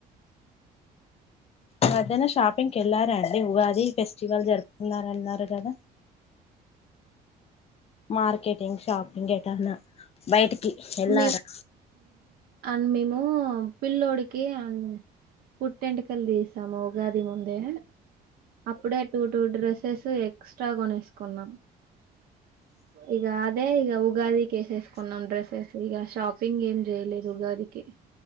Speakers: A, on the left; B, on the right.
A: మధనా షాపింగ్కి వెళ్లారండి ఉగాది ఫెస్టివల్ జరుపుకున్నారన్నారు కదా మార్కెటింగ్ షాపింగ్ ఎటన్నా బయటికి వెళ్ళారా
B: మే అండ్ మేము పిల్లోడికి అం పుట్టటిెంటకలు తీసాము ఉగాది ముందే అప్పుడే టూ టూ డ్రెస్సెస్ ఎక్స్ట్రా కొనేసుకున్నాం ఇక అదే ఇక ఉగాదికి వేసేసుకున్నాం డ్రెస్సెస్ గా షాపింగ్ ఏం చేయలేదు ఉగాదికి